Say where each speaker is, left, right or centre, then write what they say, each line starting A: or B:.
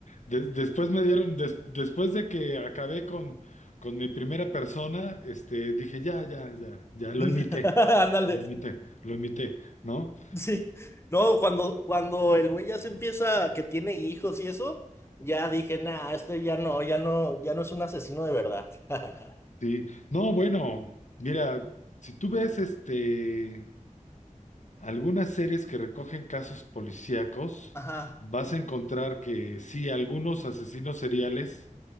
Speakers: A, on the left; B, on the left.
A: Des- después me dieron, des- después de que acabé con, con mi primera persona, este, dije, ya, ya, ya, ya, lo
B: <laughs>
A: imité,
B: Ándale.
A: lo imité, lo imité, ¿no?
B: Sí. No, cuando, cuando el güey ya se empieza, que tiene hijos y eso, ya dije, nah, este ya no, ya no, ya no es un asesino de verdad. <laughs>
A: Sí. No, bueno, mira, si tú ves este algunas series que recogen casos policíacos,
B: Ajá.
A: vas a encontrar que sí, algunos asesinos seriales